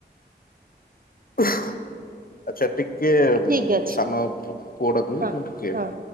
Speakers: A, on the left; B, on the right.
A: ଆଚ୍ଛା ଟିକେ
B: ଠିକ୍ ଅଛି
A: ସାନ ପୁଅ ଡାକୁଚି
B: ହଁ
A: ମୁଁ ଟିକେ
B: ହଁ।